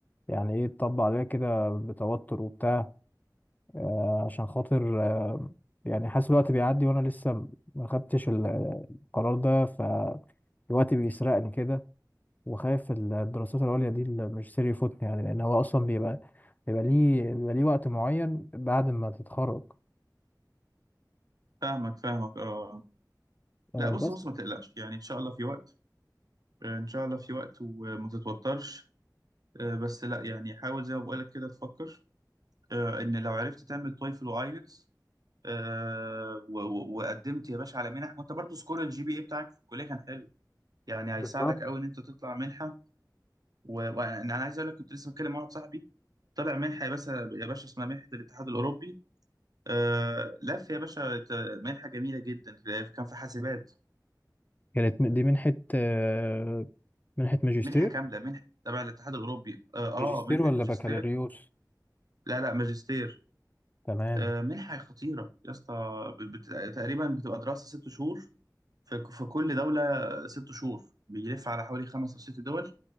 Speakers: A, on the left; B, on the right.
A: يعني ايه تطبق عليها كده بتوتر وبتاع آه عشان خاطر آه يعني حاسس الوقت بيعدي وانا لسه ما خدتش ال- القرار ده فالوقت بيسرقني كده وخايف الدراسات العليا دي الماجستير يفوتني يعني لان هو اصلا بيبقى بيبقى ليه بيبقى ليه وقت معين بعد ما تتخرج
B: فاهمك فاهمك اه
A: آه
B: لا بص
A: بس
B: بص ما تقلقش يعني ان شاء الله في وقت آه، ان شاء الله في وقت وما تتوترش آه، بس لا يعني حاول زي ما بقولك كده تفكر آه، ان لو عرفت تعمل تويفل وايلتس آه، و- و- وقدمت يا باشا على منح وانت برضو سكور الجي بي اي بتاعك في الكليه كان حلو يعني هيساعدك
A: بالظبط
B: قوي ان انت تطلع منحه و- وانا أنا عايز اقول لك كنت لسه بتكلم مع واحد صاحبي طلع منحه يا باشا يا باشا اسمها منحه الاتحاد الاوروبي آه، لف يا باشا ت- منحه جميله جدا كان في حاسبات
A: كانت م- دي منحة آه، منحة ماجستير
B: منحه كامله منحه تبع الاتحاد الاوروبي اه
A: ماجستير
B: آه، منحه
A: ولا
B: ماجستير
A: بكالوريوس
B: لا لا ماجستير
A: تمام
B: آه، منحه خطيره يا اسطى بت- بت- تقريبا بتبقى دراسه ست شهور في في كل دولة ست شهور بيلف على حوالي خمس أو ست دول